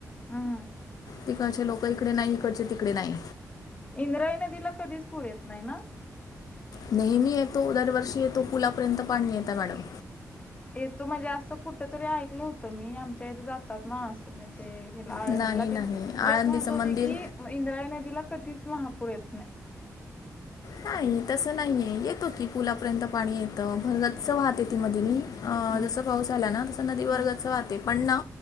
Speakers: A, on the left (about 25°); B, on the left (about 85°).
A: हम् हम..
B: तिकडचे लोक इकडे नाही इकडचे तिकडे नाही..
A: इंद्राय नदीला कधीच पूर येत नाही ना..
B: नेहमी येतो दरवर्षी येतो पुलापर्यंत पाणी येत मॅडम
A: येतो म्हणजे असं कुठ तरी ऐकलं होतं मी आमच्या इथे जात.. ना अस म्हण ते आळंदला
B: नाही नाही
A: ते
B: आळंदीचं
A: लोक म्हणत होते
B: मंदिर
A: की इंद्राई नदीला कधीच महापूर येत नाही..
B: नाही तसं नाहीये येतो की पुलापर्यंत पाणी येतं भरगातच वाहत य ती मध म अ
A: हम्म
B: जसं पाऊस आला ना तसं नदी वर्गच
A: हम्म
B: वाहते.. पण ना